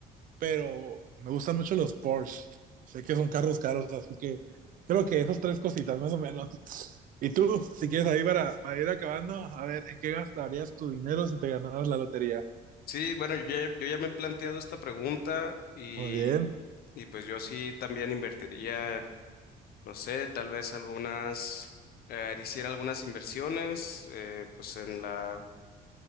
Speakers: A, on the right (about 55°); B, on the left (about 65°).
A: pero me gustan mucho los Porsche. Sé que son carros caros, así que creo que esas tres cositas más o menos. <laughs> Y tú, si quieres ahí para, para ir acabando, a ver, ¿en qué gastarías tu dinero si te ganabas la lotería?
B: Sí, bueno, yo, ya- yo ya me he planteado esta pregunta y,
A: Muy bien,
B: y pues yo sí también invertiría, no sé, tal vez algunas, eh, hiciera algunas inversiones, eh, pues en la,